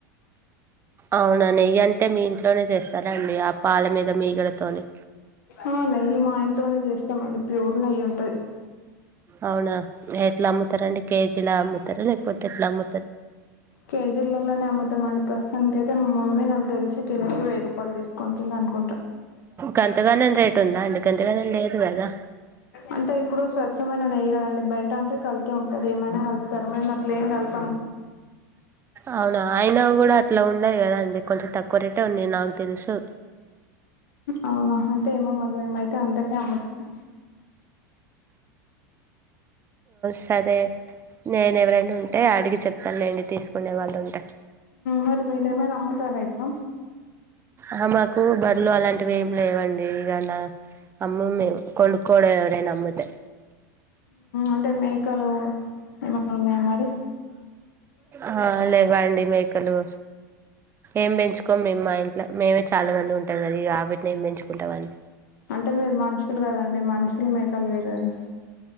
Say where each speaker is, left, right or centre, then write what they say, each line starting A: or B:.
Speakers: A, on the right (about 25°); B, on the left (about 80°).
A: అవునా నయ ఎ తమిన్ ఇంట్లోనే చేస్తాండి ఆ పాల మీద మీకడతోవానేని
B: ఆ నయ్యి మాయంత తలోనే చేస్తా సమం ప్యరు న ఉంట
A: అవునా ఎట్లా అమ్ముతారండి కేజీ ఇలా అమ్ముతారు లేకపోతే ఎట్లా అమ్
B: కేజర్లలోనే అమ్మత మత ప్రస్తుతానికైయితే మా మమ్మీ నాకు తెలిసి కిలకి వెయి రూపాయలు తీసుకుంటుంది అనుకుంటా
A: గంతగానం రేటు ఉందా అండి గంతగానం లేదు కదా
B: అంటే ఇప్పుడు స్వచ్ఛమైన నెయ్య కదా మల్లె బై అంటే కలిత ఉంటది ఏమనా కతారు మే అట్ల ఏం కత
A: అవునా అయిన కూడా అట్లా ఉ ఉన్నాయి కద అండి కొంచెం తక్కువ రేటే ఉంది నాకు తెలుసు
B: అవునా అంటే ఏమో మనేమైతే అంతకే అమ్ముతాం
A: సరే నేను ఎవరైనా ఉంటే అడిగి చెప్తానుండి తీసుకు కొకునే వాళ్ళు ఉంటాయి
B: మరి మీరేమై నమ్ముతారు అైతునా
A: ఆ మాకు బర్రలు అలాంటివి ఏమి లేవండి అ ఇన్న అమ్మమే కొడుకోడండ నమ్ముతే
B: అంటే మేకలు ఏమన్నా ఉన్నాయా మరి
A: ఆ లేవాండి మేకలు ఏం పెంచుకోం మేమ్ మా ఇంట్లో మేమే చాలా మంది ఉంటాం కద ఆబట్ని ఏం పెంచుకో ఉంటవాడి
B: అంటే మీరు మనుషులు కదండి మనుషులు మేకలు వేరు కదా